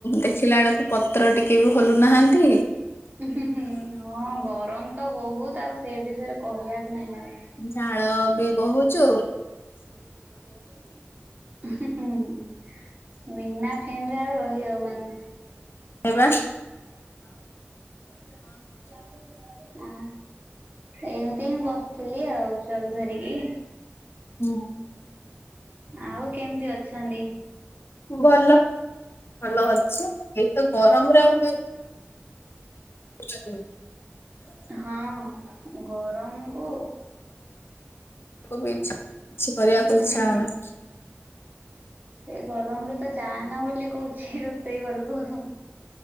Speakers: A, on the left; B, on the right.
A: ଦେଖିଲା ବେଳକୁ ପତ୍ର ଟିକେ ବି ହଲୁ ନାହାନ୍ତି।
B: ହୁଁ ହୁଁ। ହଁ ଗରମ ତ ବହୁତ ଆଉ ସେ ବିଷୟରେ କହିବାକୁ ନାଇଁ ଆଉ।
A: ଝାଳ ବି ବୋହୁଚୁ
B: <inaudible> ବିନା ଫେନ ରେ ଆଉ ରହି ହବନି।
A: ଏ ବା
B: <unintelligible> ଆଁ। ଏମିତି ହିଁ ବସିଥିଲି ଆଉ ଛୁଆକୁ ଧରିକି।
A: ହୁଁ।
B: ଆଉ କେମିତି ଅଛନ୍ତି?
A: ଭଲ। ଭଲ ଅଛି, ଏଇତ ଗରମରେ ଆଉ <unintelligible>
B: ହଁ, ଗରମ କୁ
A: ଛ କିଛି କରିବାକୁ
B: ହୁଁ।
A: ଇଛା ହଉନି।
B: ସେ ଗରମରେ ତ ଯାଆନା ବୋଲି କହୁଛି, ରୋଷେଇ ଘରକୁ ଆଉ।